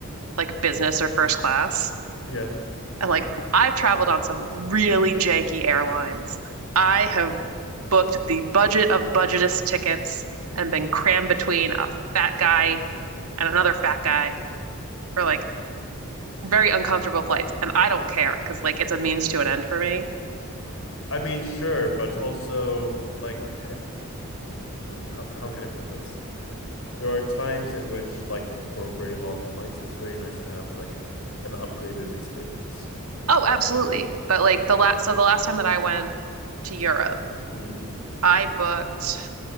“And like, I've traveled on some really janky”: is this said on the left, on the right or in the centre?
Right